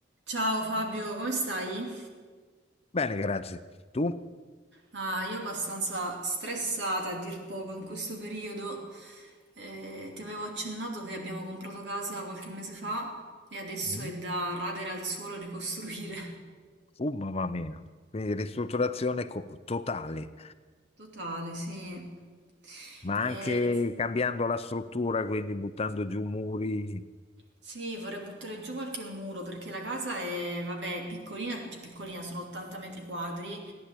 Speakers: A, on the right; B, on the left.
A: Ciao Fabio, come stai?
B: Bene, grazie. Tu?
A: Ah, io abbastanza stressata a dir poco in questo periodo. Eh, ti avevo accennato che abbiamo comprato casa qualche mese fa e adesso
B: Mm.
A: è da radere al suolo e ricostruire.
B: Uh, mamma mia. Quindi ristrutturazione co- totale,
A: <laughs> Totale, sì.
B: ma
A: E-
B: anche cambiando la struttura, quindi buttando giù muri.
A: Sì, vorrei buttare giù qualche muro perché la casa è, vabbè, è piccolina, cioè piccolina, sono 80 metri quadri.